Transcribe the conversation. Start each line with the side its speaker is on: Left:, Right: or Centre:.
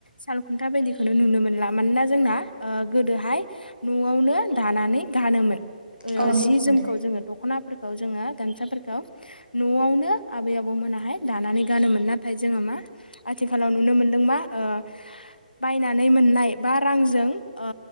Left: साल खुथा बायदि खौनो नुनो मोनला मानोना जोंना ओ गोदोहाय न'आवनो दानानै गानोमोन। ओ
Right: औ नंगौ
Left: जि
Right: नोंथां
Left: जोमखौ जोङो दख'नाफोरखौ जोङो गामसाफोरखौ न'आवनो आबै-आबौ मोनाहाय दानानै गानोमोन नाथाय जोङो मा आ थिखालाव नुनो मोनदों मा ओ बायनानै मोननाय बा रांजों ओ